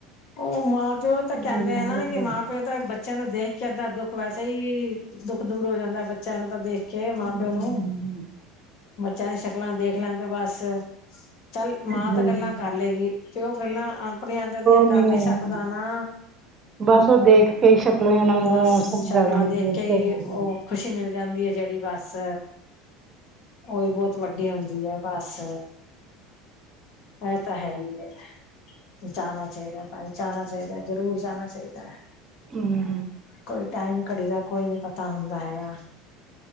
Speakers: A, on the left; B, on the right.
A: ਉਹ ਮਾਂ ਪਿਓ
B: ਨਹੀਂ,
A: ਤਾਂ ਕਹਿੰਦੇ
B: ਨਹੀਂ,
A: ਆ ਨਾ, ਕਿ
B: ਨਹੀਂ,
A: ਮਾਂ ਪਿਓ ਪਿਓ ਤਾਂ ਬੱਚਿਆਂ ਨੂੰ ਦੇਖ ਕੇ ਅੱਦਾਂ ਦੁੱਖ ਵੈਸੇ ਹੀ, ਦੁੱਖ ਦੂਰ ਹੋ ਜਾਂਦਾ। ਬੱਚਿਆਂ ਨੂੰ ਤਾਂ ਦੇਖ ਕੇ ਮਾਂ
B: ਹਮ,
A: ਪਿਓ ਨੂੰ, ਬੱਚਿਆਂ ਦੀਆਂ ਸ਼ਕਲਾਂ ਦੇਖ ਲੈਣ ਤੇ ਬਸ। ਚੱਲ ਮਾਂ
B: ਜੀ
A: ਤਾਂ ਗੱਲਾਂ ਕਰ ਲਏਗੀ, ਪਿੳ ਗੱਲਾਂ ਆਪਣੇ ਅੰਦਰ ਦੀਆਂ
B: ਹੂੰ,
A: ਕਰ ਨੀ ਸਕਦਾ ਨਾ
B: ਬਸ ਉਹ ਦੇਖ। ਕਹੀ ਸ਼ਕਲੋ ਉਹਨਾਂ ਨੂੰ
A: ਬਸ
B: ਉਹ ਸਮਝ
A: ਸ਼ਕਲਾਂ
B: ਆ ਜਾਂਦੀ
A: ਦੇਖ ਕੇ
B: ਕਿ ਹਾਂ।
A: ਉਹ ਖੁਸ਼ੀ ਮਿਲ ਜਾਂਦੀ ਏ ਜਿਹੜੀ ਬਸ। ਉਹੀ ਬਹੁਤ ਵੱਡੀ ਹੁੰਦੀ ਹੈ ਬਸ। ਇਹ ਤਾਂ ਹੈ ਹੀ ਐ, ਜਾਣਾ ਚਾਹੀਦਾ। ਹਾਂਜੀ ਜਾਣਾ ਚਾਹੀਦਾ ਜ਼ਰੂਰ ਜਾਣਾ ਚਾਹੀਦਾ।
B: ਹੂੰ।
A: ਕੋਈ ਟਾਈਮ ਘੜੀ ਦਾ ਕੋਈ ਨੀ ਪਤਾ ਹੁੰਦਾ ਹੈਗਾ।